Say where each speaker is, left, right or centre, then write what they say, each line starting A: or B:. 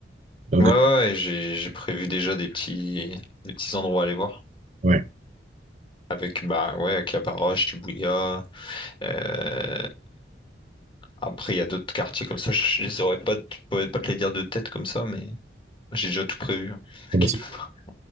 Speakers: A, on the right; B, on the left.
A: Donc,
B: Ouais, ouais,
A: euh,
B: ouais, j'ai j'ai prévu déjà des petits, des petits endroits à aller voir.
A: ouais.
B: Avec, bah ouais, Cabarroche, Shibuya. euh, Après, il y a d'autres quartiers comme ça. Je je les aurais pas, je pourrais pas te les dire de tête comme ça, mais j'ai déjà tout prévu. hein. <laughs> T'inquiète
A: Bon, bah, c'est
B: pas.